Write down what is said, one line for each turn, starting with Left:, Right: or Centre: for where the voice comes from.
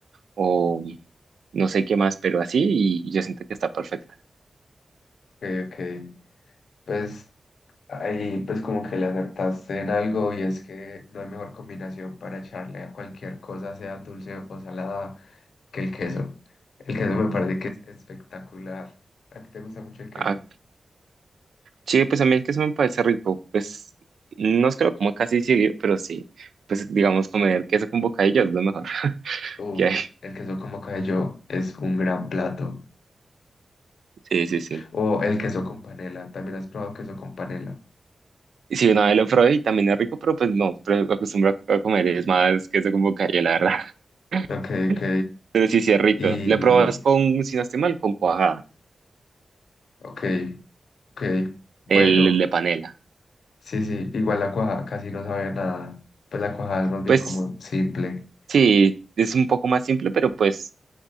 Right: o no sé qué más, pero así y yo siento que está perfecta.
Left: Ok, ok. Pues ahí pues como que le acertaste en algo y es que no hay mejor combinación para echarle a cualquier cosa, sea dulce o salada, que el queso. El queso me parece que es espectacular. ¿A ti te gusta mucho el queso?
Right: Ah, sí, pues a mí el queso me parece rico, pues no es que lo como casi seguido, pero sí, pues digamos comer queso con bocadillo es lo mejor <laughs>
Left: Uf,
Right: que hay.
Left: el queso como cayó es un gran plato.
Right: Sí, sí, sí.
Left: O el queso con panela, también has probado queso con panela.
Right: Y Sí, una vez lo probé y también es rico, pero pues no, pero acostumbro a a comer es más queso con bocadillo, la verdad. <laughs>
Left: Ok, ok.
Right: Pero sí, sí es rico.
Left: Y
Right: Le probas con, si no estoy mal, con cuajada,
Left: Ok, ok, bueno,
Right: el de panela.
Left: sí, sí, igual la cuajada casi no sabía nada, pues la cuajada es más bien
Right: Pues
Left: como simple,
Right: sí, es un poco más simple, pero pues